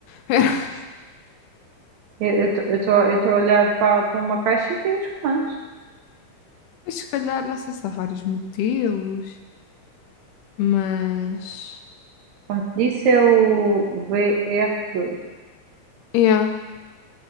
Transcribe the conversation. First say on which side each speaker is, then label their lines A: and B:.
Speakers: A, on the left; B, on the right.
A: <laughs>
B: eu eu estou eu estou a eu estou a olhar para, para uma caixa e tem os comandos.
A: Pois, se calhar, não sei se há vários modelos. Mas.
B: Como te disse, é o vr dois
A: Yeah,